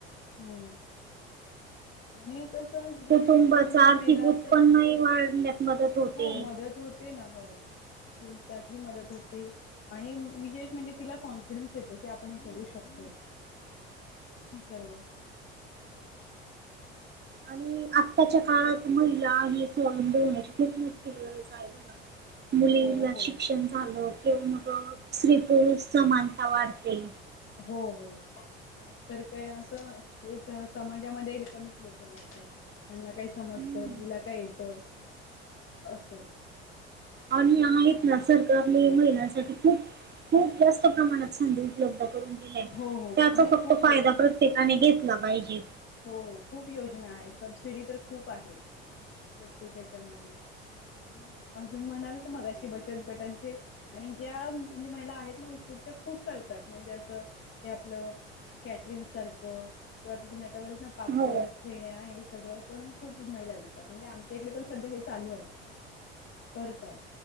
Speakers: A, on the left; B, on the right.
A: हम आणि कस जर
B: कुटुंबाचा
A: शिकून घेणारी महिला
B: आर्थिक उत्पन्नही
A: असेल, हो
B: वाढण्यात मदत होते.
A: हो मदत होत ते ना, हो ते त्यातही मदत होते. आणि विशेष म्हणजे तिला कॉन्फिडन्स येतं की आपण हे करू शकतो.
B: <inaudible>
A: सर्व
B: आणि आत्ताच्या काळात महिला ही स्वावलंबी होण्याची खूप मो गरज आहे बघ मुलीला
A: हो हो
B: शिक्षण झालं किंवा मग स्त्री पुरुष समानता वाढते.
A: हो हो नाही तर काय असं एक समाजामध्ये कमीच लेखलं जातं. त्यांना काय समजतं,
B: हम्म
A: हिला काय येत? अस
B: आणि आहेत ना सरकारने महिलांसाठी खूप खूप जास्त प्रमाणात संधी उपलब्ध करून दिल्या
A: हो हो
B: त्याचा
A: आणि
B: फक्त
A: खूप यो
B: फायदा ठिकाणी घेतलं पाहिजे.
A: हो हो खूप योजना आहेत. सबसिडी तर खूप आहेत प्रत्येक याच्या मधे आणि तुम्ही म्हणाल तर मागाशी बचत गटांचे आणि ज्या म्हणजे महिला आहेत ना उत्सुक त्या खूप करतात म्हणजे असं हे आपलं कॅटरीन सारखं किंवा तुम्ही आता बोलात ना पापड,
B: हो
A: फेण्या हे सगळं पण खूप महिला विकतात म्हणजे आमच्या इकडे पण सध्या हे चालू आहे. करतात.